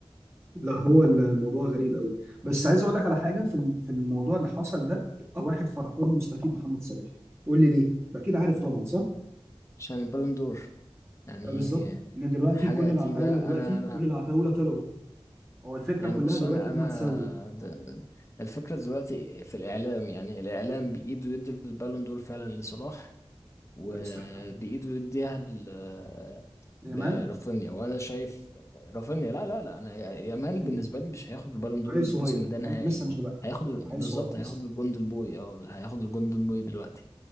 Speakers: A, on the right (about 25°); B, on the left (about 30°).
A: لا هو الموضوع غريب قوي بس عايز اقول لك على حاجه في ال- في الموضوع اللي حصل ده أكتر واحد فرحان ومستفيد محمد صلاح قول لي ليه ده كده عارف طبعا صح
B: عشان البالون دور يعني
A: آه، بالظبط ان دلوقتي
B: آه، حاجة
A: كل العتاوله
B: أكيدة
A: دلوقتي
B: أنا أنا
A: كل العتاوله طلعوا هو الفكره
B: يعني
A: كلها
B: بص
A: دلوقتي
B: انا
A: هم
B: انا
A: تساويوا
B: د- الفكره دلوقتي في الاعلام يعني الاعلام بايده يدي البالون دور فعلا لصلاح وبايده
A: لا يستحقها
B: يديها ل-
A: يامال
B: لرافينيا وانا شايف رافينيا لا لا لا انا يا- يامال
A: فيني
B: بالنسبه لي مش هياخد البالون دور
A: عيل
B: الموسم
A: صغير
B: ده نهائي
A: عيل لسه مش دلوقتي
B: هياخد بالظبط
A: عيل صغير لسه
B: هياخد الجندل بوي او هياخد الجندل بوي دلوقتي